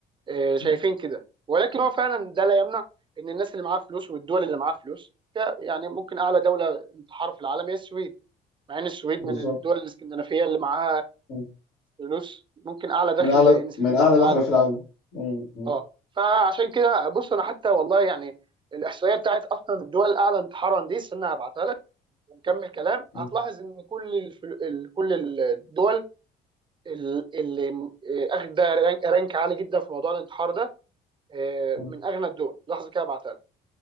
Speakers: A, on the right; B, on the left.
A: آه، شايفين
B: مم.
A: كده ولكن هو فعلا ده لا يمنع ان الناس اللي معاها فلوس والدول اللي معاها فلوس ك- يعني ممكن اعلى دوله انتحار في العالم هي السويد مع ان السويد
B: بالظبط
A: من الدول الاسكندنافيه اللي معاها
B: مم.
A: فلوس ممكن اعلى دخل
B: من اعلى
A: انسان
B: من اعلى
A: في العالم
B: دخلة في العالم مم. مم.
A: اه فعشان كده بص انا حتى والله يعني الاحصائيه بتاعت اصلا الدول الاعلى انتحارا دي استنى هبعتها لك ونكمل كلام
B: مم.
A: هتلاحظ ان كل الفل... ال- كل الدول ال- اللي م- آه، اخده رانك رانك عالي جدا في موضوع الانتحار ده آه،
B: مم.
A: من اغنى الدول لحظه كده هبعتها لك